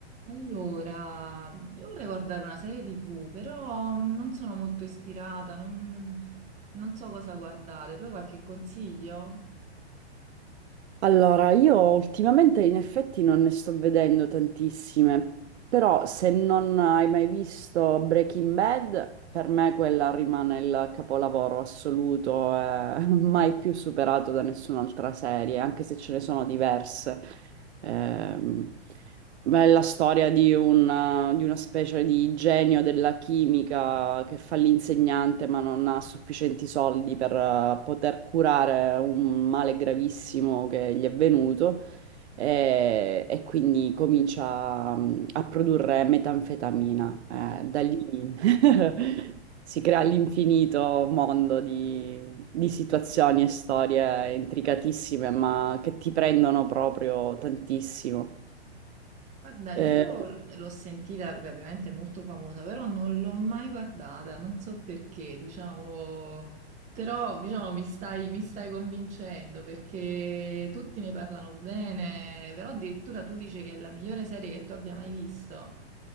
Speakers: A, on the right (about 20°); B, on the right (about 80°).
A: Allora, io vorrei guardare una serie TV, però mm, non sono molto ispirata, non, non so cosa guardare. Tu hai qualche consiglio?
B: Allora, io ultimamente in effetti non ne sto vedendo tantissime, però se non hai mai visto Breaking Bad, per me quella rimane il capolavoro assoluto, eh, <laughs> mai più superato da nessun'altra serie, anche se ce ne sono diverse. Ehm, Beh, è la storia di una, di una specie di genio della chimica che fa l'insegnante ma non ha sufficienti soldi per eh, poter curare un male gravissimo che gli è venuto e, e quindi comincia mm, a produrre metanfetamina. Eh, da lì <laughs> si crea l'infinito mondo di, di situazioni e storie intricatissime ma che ti prendono proprio tantissimo.
A: Guarda, io
B: Eh,
A: l- l'ho sentita, beh, ovviamente è molto famosa, però non l'ho mai guardata, non so perché, diciamo, però diciamo mi stai, mi stai convincendo perché tutti ne parlano bene, però addirittura tu dici che è la migliore serie che tu abbia mai visto.